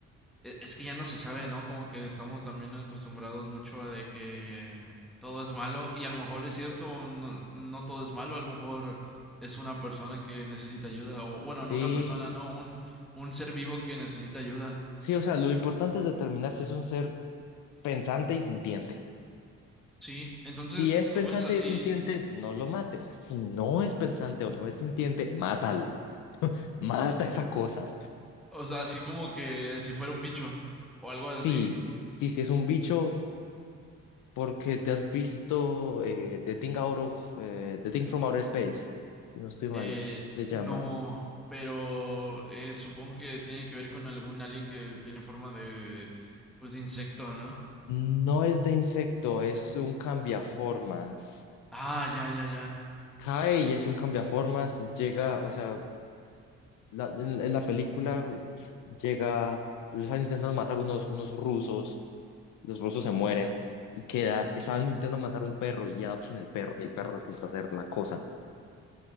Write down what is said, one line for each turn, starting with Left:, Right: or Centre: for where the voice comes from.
Centre: e- es que ya no se sabe, ¿no? Como que estamos también acostumbrados mucho a de que todo es malo y a lo mejor es cierto, no, no todo es malo, a lo mejor es una persona que necesita ayuda o bueno, no
Left: Sí,
Centre: una persona, no, un, un ser vivo que necesita ayuda.
Left: sí, o sea, lo importante es determinar si es un ser pensante y sintiente.
Centre: Sí, entonces
Left: Si es pensante
Centre: tú ves así,
Left: y es sintiente, no lo mates. Si no es pensante o no es sintiente, mátalo. Mata esa cosa.
Centre: o sea, así como que si fuera un bicho o algo
Left: Sí,
Centre: así.
Left: sí, si es un bicho, Porque te has visto eh, The Thing Out of eh, The Thing from Outer Space, si no estoy mal,
Centre: Eh,
Left: se
Centre: no,
Left: llama.
Centre: pero eh, supongo que tiene que ver con algún alien que tiene forma de, pues, de insecto, ¿no?
Left: No es de insecto, es un cambiaformas.
Centre: Ah, ya, ya, ya.
Left: Cae y es un cambiaformas y llega, o sea, la- en, en la película llega, les están intentando matar unos, unos rusos, los rusos se mueren y queda, estaban intentando matar un perro y adoptan el perro y el perro resulta ser la cosa.